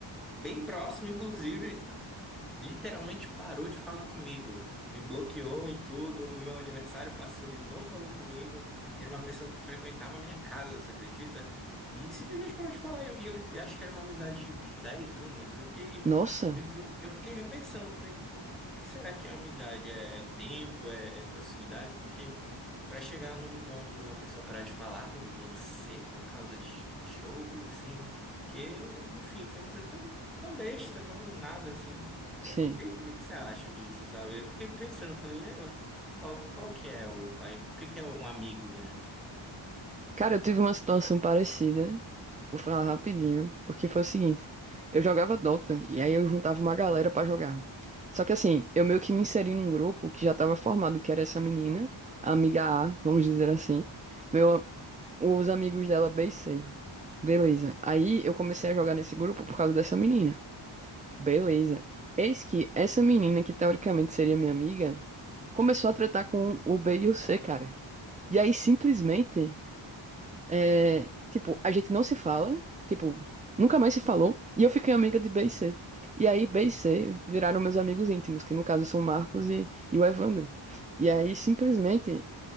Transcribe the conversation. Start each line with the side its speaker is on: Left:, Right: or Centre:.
Centre: bem próximo, inclusive, literalmente parou de falar comigo, me bloqueou em tudo. O meu aniversário passou, ele não falou comigo. Era uma pessoa que frequentava a minha casa, você acredita? E simplesmente parou de falar. E eu, eu acho que era uma amizade de de 10 anos. Eu fiquei,
Right: nossa,
Centre: me- eu, eu fiquei repensando, eu falei, o, o que será que é amizade? É É tempo? É, é proximidade? Porque para chegar num ponto de uma pessoa parar de falar com você por causa de jogo, assim, porque, enfim, foi uma coisa tão, tão besta, tão nada assim
Right: sim.
Centre: que, que, que você acha disso, sabe? Eu fiquei pensando, falei, e agora? Qual, qual que é o, aí, o que que é um amigo, né?
Right: Cara, eu tive uma situação parecida. Vou falar rapidinho, porque foi o seguinte: eu jogava Dota e aí eu juntava uma galera pra jogar. Só que assim, eu meio que me inseri num grupo que já tava formado, que era essa menina, a amiga A, vamos dizer assim, meu, os amigos dela B e C. Beleza. Aí eu comecei a jogar nesse grupo por causa dessa menina. Beleza. Eis que essa menina, que teoricamente seria minha amiga, começou a tratar com o B e o C, cara. E aí simplesmente. É, tipo, a gente não se fala, tipo, nunca mais se falou, e eu fiquei amiga de B e C. E aí B e C viraram meus amigos íntimos, que no caso são o Marcos e, e o Evandro. E aí simplesmente